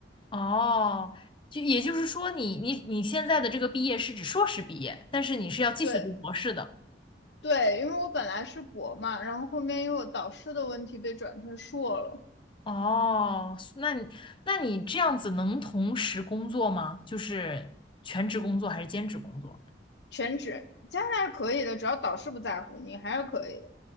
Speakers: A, on the left; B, on the left.
A: 哦，就也就是说你，你你现在的这个毕业是指硕士毕业，但是你是要继续读博士的。
B: <laughs> 对对，因为我本来是博嘛，然后后面因为我导师的问题被转成硕了，
A: 哦，那你那你这样子能同时工作吗？就是全职工作还是兼职工作？
B: 全职。加拿大是可以的，只要导师不在乎，你还是可以的。